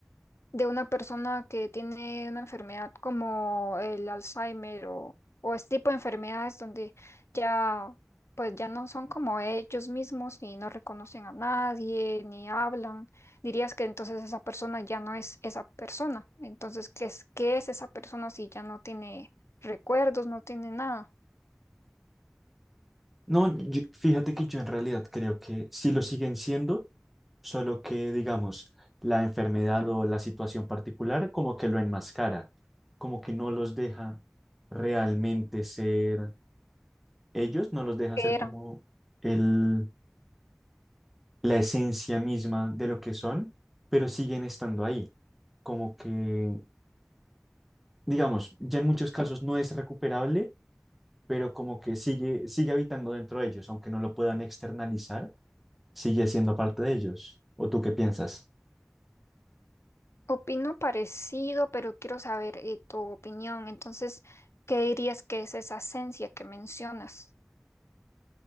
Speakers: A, on the left; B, in the centre.
A: de una persona que tiene una enfermedad como el Alzheimer o, o este tipo de enfermedades donde ya, pues ya no son como ellos mismos ni no reconocen a nadie ni hablan? Dirías que entonces esa persona ya no es esa persona. Entonces, ¿qué es, qué es esa persona si ya no tiene recuerdos, no tiene nada?
B: No, yo- fíjate que yo en realidad creo que sí lo siguen siendo, solo que, digamos, la enfermedad o la situación particular como que lo enmascara, como que no los deja realmente ser ellos, no los deja
A: ¿Qué
B: ser
A: era?
B: como el, la esencia misma de lo que son, pero siguen estando ahí. Como que, digamos, ya en muchos casos no es recuperable, pero como que sigue, sigue habitando dentro de ellos, aunque no lo puedan externalizar sigue siendo parte de ellos? ¿O tú qué piensas?
A: Opino parecido, pero quiero saber eh, tu opinión. Entonces, ¿qué dirías que es esa esencia que mencionas?